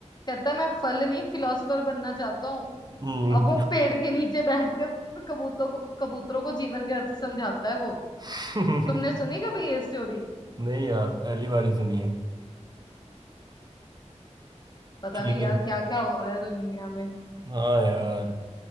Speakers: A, on the left; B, on the right.
A: कहता है मैं फल नहीं फिलोसफर बनना चाहता हूँ
B: हम्म
A: अब वो पेड़ के नीचे बैठकर कबूतरों को कबूतरों को जीवन के अर्थ समझाता है वो
B: <laughs>
A: तुमने सुनी कभी ये स्टोरी
B: नहीं यार पहली बार ही सुनी है
A: पता
B: ठीक
A: नहीं
B: है
A: यार क्या क्या हो रहा है दुनिया में
B: हाँ यार